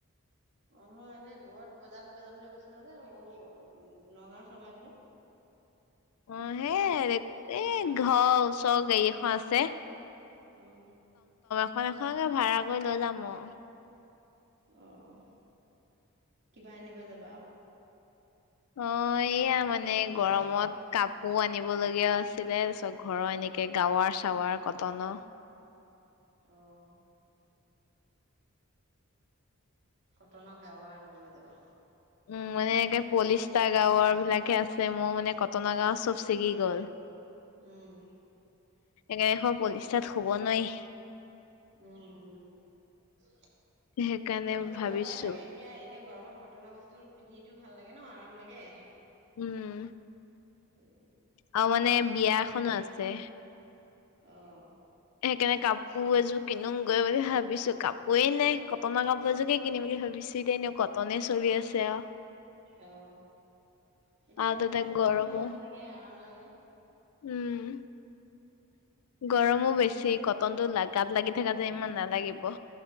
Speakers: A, on the right; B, on the left.
A: অ নহয় এনে দূৰত বজাৰ কৰিব যাম বুলি কৈছিলা যে ঔ নগাঁও চগাঁও ফালে।
B: অ হে এই ঘৰৰ ওচৰ গাড়ী এখন আছে
A: উম
B: সেখনকে ভাড়া কৰি লৈ যাম অ
A: আহ কিবা আনিব যাবা?
B: অ এইয়া মানে গৰমত কাপোৰ আনিবলগীয়াও আছিলে, তাৰপিছত ঘৰৰ এনেকে গাৱাৰ-চাৱাৰ কটনৰ
A: অহ কটনৰ গাৱা আনিব যাবা।
B: উম মানে এতিয়া পলিষ্টা গাউৱাৰ বিলাকহে আছে মোৰ মানে কটনৰ গাৱা চব ছিগি গল৷
A: উম
B: একেখন পলিষ্টাত শুব নোৱাৰি।
A: উম, কটনৰ
B: সেইকাৰণে ভাবিছো
A: গাৱাই লাগে, এতিয়া এনে গৰমত কটনৰ বস্তু পিন্ধিতো ভাল লাগে ন আৰাম লাগে
B: উম।
A: উম
B: অ মানে বিয়া এখনো আছে৷
A: আহ
B: সেইকাণে কাপো এযো কিনোগৈ বুলি ভাবিছো কাপোয়ে নাই কটন কাপো এযোকে কিনিম বুলি ভাবিছো এতিয়া এনেও কটনে চলি আছে আউ
A: অহ। এতিয়া
B: আৰু
A: কটনৰ
B: তাতে
A: বস্তুটো
B: গৰমো
A: পিন্ধি ভাল লাগে, আৰাম লাগে। এ
B: উম
A: উম
B: গৰমো বেছি কটনটো লা গাত লাগি থকা যে ইমান নালাগিব